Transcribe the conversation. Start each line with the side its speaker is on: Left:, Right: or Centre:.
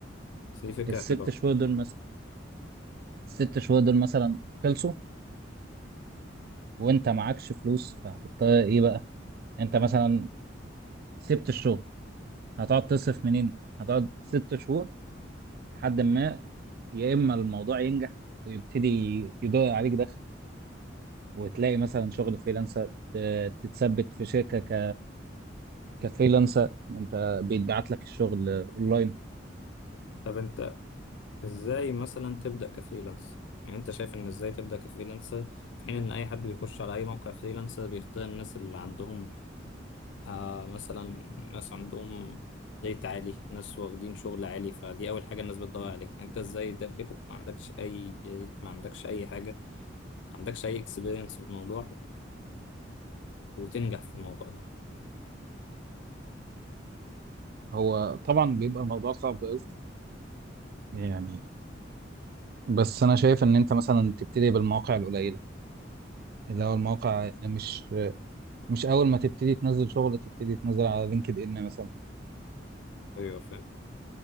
Left: بس دي فكرة
Right: الست
Left: حلوة
Right: شهور دول مثلا الست شهور دول مثلا خلصوا وانت معكش فلوس فهتضطر ايه بقى انت مثلا سبت الشغل هتقعد تصرف منين هتقعد ست شهور لحد ما يا اما الموضوع ينجح ويبتدي يدور عليك دخل وتلاقي مثلا شغل فريلانسر ت- تتثبت في شركه ك- كفريلانسر انت بيتبعت لك الشغل اونلاين
Left: طب انت ازاي مثلا تبدأ كفريلانس يعني انت شايف ان ازاي تبدأ كفريلانسر في حين ان اي حد بيخش على اي موقع فريلانسر بيختار الناس اللي عندهم آه مثلا ناس عندهم ريت عالي ناس واخدين شغل عالي فدي اول حاجة الناس بتدور عليها انت ازاي داخل ما عندكش اي ريت ما عندكش اي حاجة ما عندكش اي اكسبيرينس في الموضوع وتنجح في الموضوع ده
Right: هو طبعا بيبقى الموضوع صعب قوي يعني بس انا شايف ان انت مثلا تبتدي بالمواقع القليله اللي هو المواقع مش مش اول ما تبتدي تنزل شغل تبتدي تنزل على لينكد ان مثلا
Left: ايوه فاهم